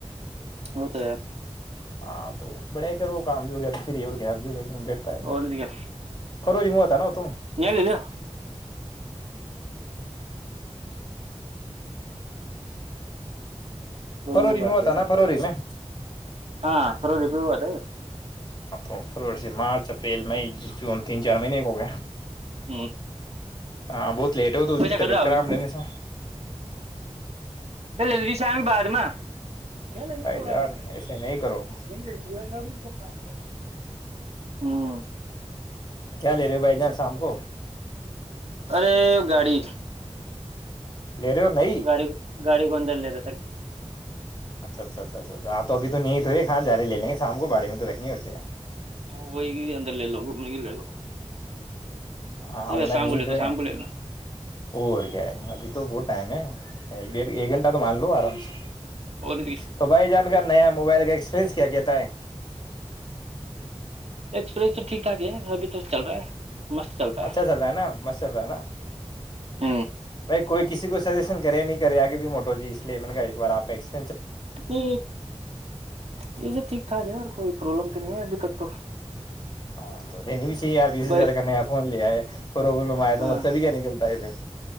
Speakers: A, on the right (about 65°); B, on the left (about 40°).
A: وہ تو ہے
B: ہاں تو بڑے کر وہ کام بھی ہو گیا تو فری اور کیا عبدلہ بیٹ پائے گا
A: اور کیا،
B: خرو ج متا نا تو
A: یہ لے لیا کوئی
B: فروری
A: بات
B: میں ہوتا
A: ہے
B: نا فروری میں
A: ہاں تھوڑا روپئے ہوا تھا
B: اں فری سے مارچ فیل میں تین چار مہینے کو ہو
A: ہ
B: ہاں بہت لیٹ ہو تو ان
A: وہ چ
B: کی طبیعت
A: کرر آگی
B: خراب
A: ن
B: لینے سے
A: پ لے لجے شام بعد میں ن انین
B: بھائی
A: کوڈاانی
B: جان ایسے نہیں کرو
A: ن گ روم پکے ہوں
B: کیا لے رہے ہو بھائی جان شام کو
A: ارے گاڑی
B: لے رہے ہو نہیں
A: گاڑ گاڑ گوندلر
B: اچھا اچھا اچھا اچھاچا توبھی تو نہیں تو یہاں جارے لے ل گے شام کو باڑی میں تو رکھنی ہے اور کیا
A: ہاں وہئی گ اندر لے لو گھوم گ لے لو
B: ہاں م
A: شام
B: نے نی
A: کو لے
B: تو
A: شام
B: ہے
A: کو لے لو
B: اور کیا ابھی تو ب ٹائم ہے ایک گھنٹہ تو من لو آرام سے
A: اور
B: تو بھائی جانکاری نیا موبائل کا ایکسپیرئنس کیا کہتا ہے
A: ایکسپیرنس تو ٹھیک ٹھاک ہے ابھی تو چل رہا ہے مست چلتا
B: اچھا چل رہا ہے نا مست چل رہا ہے نا
A: ہے
B: بھائی کوئی کسی کو <unintelligible> سیشن کرے نہیں کرے آگے بھی موٹو جی اس لیے میں نے کہ ایکار آپ ایکس <unintelligible>
A: ا یہ جو ٹھیک ٹھاک ہےار کوئی پرابلم تو نہیں ہے <unintelligible> تو <unintelligible>
B: ہاں تو <unintelligible> ار بیس
A: بائی
B: ہزار کا نیا فون لیا ہے پروابلم آیا
A: ہاں
B: تو مطلب ہی کیا نکلتا ہے پھر <unintelligible>